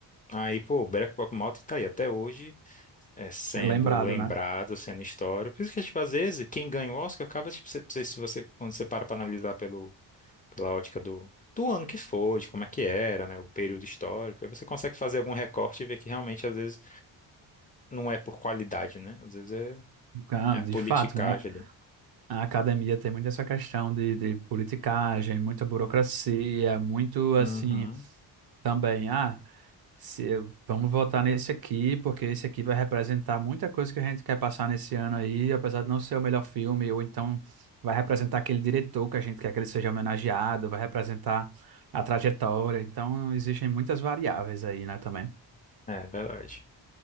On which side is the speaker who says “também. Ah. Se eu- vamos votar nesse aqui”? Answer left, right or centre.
Right